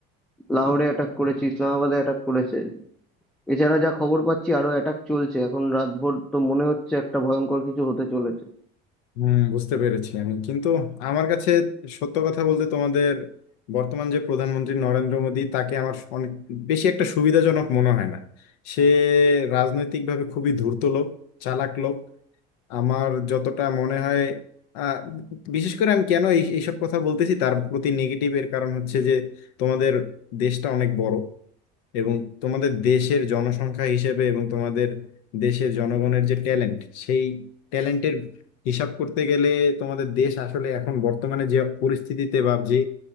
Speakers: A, in the centre; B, on the left.
A: লাহোরে অ্যাটাক করেছে ইসলামাবাদে অ্যাটাক করেছে এছাড়া যা খবর পাচ্ছি আরো অ্যাটাক চলছে এখন রাতভর তো মনে হচ্ছে একটা ভয়ঙ্কর কিছু হতে চলেছে
B: হম বুঝতে পেরেছি আমি কিন্তু আমার কাছে সত্য কথা বলতে তোমাদের বর্তমান যে প্রধানমন্ত্রী নরেন্দ্র মোদী তাকে আমার অনেক বেশি একটা সুবিধাজনক মনে হয় না সে রাজনৈতিকভাবে খুবই ধূর্ত লোক চালাক লোক আমার যতটা মনে হয় আহ, বিশেষ করে আমি কেন এই এইসব কথা বলতেছি তার প্রতি নেগেটিভ এর কারণ হচ্ছে যে তোমাদের দেশটা অনেক বড় এবং তোমাদের দেশের জনসংখ্যা হিসেবে এবং তোমাদের দেশের জনগণের যে ট্যালেন্ট সেই ট্যালেন্টের হিসাব করতে গেলে তোমাদের দেশ আসলে এখন বর্তমানে যে পরিস্থিতিতে বা যে